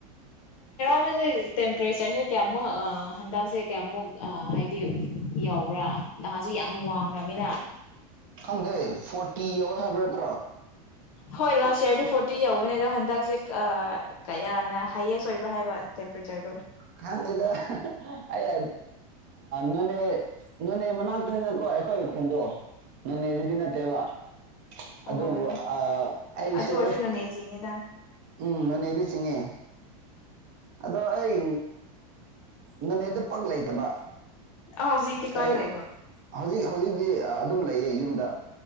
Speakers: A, on the left (about 60°); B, on the right (about 30°).
A: ꯍꯥꯟꯅꯗꯤ ꯇꯦꯝꯄꯔꯦꯆꯔꯁꯦ ꯀꯌꯥꯃꯨꯛ ꯍꯟꯗꯛꯁꯦ ꯀꯌꯥꯃꯨꯛ ꯍꯥꯏꯕꯗꯤ ꯌꯎꯕ꯭ꯔꯥ ꯅꯍꯥꯁꯨ ꯌꯥꯝ ꯋꯥꯡꯉꯃꯤꯅ
B: ꯈꯪꯗꯦ ꯐꯣꯔꯇꯤ ꯌꯧꯔꯦ ꯍꯥꯏꯕ ꯅꯠꯇ꯭ꯔꯣ
A: ꯍꯣꯏ ꯂꯥꯁ ꯌꯔꯗꯤ ꯐꯣꯔꯇꯤ ꯌꯧꯕꯅꯦ ꯑꯗꯣ ꯍꯟꯗꯛꯁꯦ ꯀꯌꯥꯅ ꯍꯥꯏꯌꯦꯁ ꯑꯣꯏꯕ꯭ꯔꯥ ꯍꯥꯏꯕ ꯇꯦꯝꯄꯔꯦꯆꯔꯗꯣ
B: ꯈꯪꯗꯦꯗ ꯑꯩ ꯅꯣꯅꯦ ꯅꯣꯅꯦ ꯃꯅꯥꯛꯇꯅꯤꯅꯀꯣ ꯑꯩꯈꯣꯏ ꯈꯨꯟꯗꯣ ꯅꯣꯅꯦꯁꯤꯗꯤ ꯅꯠꯇꯦꯕ ꯑꯗꯨꯕꯨ
A: ꯑꯣ
B: ꯑ ꯑꯩꯁꯦ
A: ꯑꯗꯨ ꯑꯣꯏꯔꯁꯨ ꯅꯣꯅꯦ ꯆꯤꯡꯉꯦꯗ
B: ꯎꯝ ꯅꯅꯦ ꯏꯗ ꯁꯤꯉꯦ ꯑꯗꯣ ꯑꯩ ꯅꯅꯦꯅꯦ ꯑꯗꯨ ꯄꯛ ꯂꯩꯇꯕ
A: ꯑꯥ ꯍꯧꯖꯤꯛꯇꯤ ꯀꯥꯏ
B: ꯑꯩ
A: ꯂꯩꯕ
B: ꯍꯧꯖꯤꯛ ꯍꯧꯖꯤꯛꯇꯤ ꯑꯗꯨꯝ ꯂꯩꯌꯦ ꯌꯨꯝꯗ